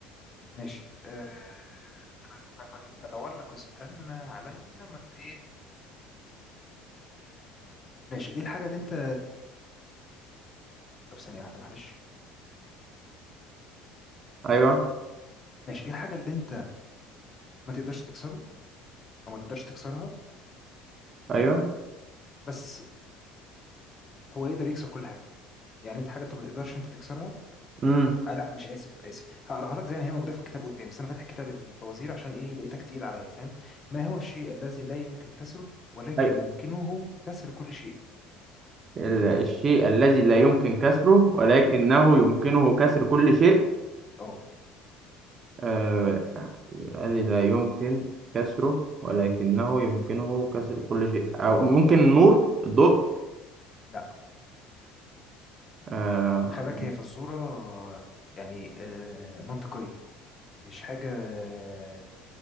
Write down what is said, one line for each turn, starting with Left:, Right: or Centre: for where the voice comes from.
Left: ماشي أه... انا ب- ب- بدور لك واستنى عليا ما ت- ايه ماشي ايه الحاجه اللي انت طب ثانيه واحده معلش
Right: ايوه
Left: ماشي ايه الحاجه اللي انت ما تقدرش تكسره او ما تقدرش تكسرها
Right: ايوه
Left: بس هو يقدر يكسر كل حاجه يعني انت حاجه انت ما تقدرش انت تكسرها
Right: امم
Left: آه لا مش اسف اسف هقراها لك زي ما هي موجوده في الكتاب قدامي بس انا فاتح كتاب الفوازير عشان ايه لقيتك تقيل عليا فاهم ما هو الشيء الذي لا يمكن كسره ولكن
Right: أيوة.
Left: يمكنه كسر كل شيء
Right: ال- الشيء الذي لا يمكن كسره ولكنه يمكنه كسر كل شيء
Left: اه
Right: آه، الذي لا يمكن كسره ولكنه يمكنه كسر كل شيء أو ممكن النور الضوء
Left: لا
Right: آه,
Left: خباك هي فزوره آه، يعني آه منطقيه مش حاجه آه،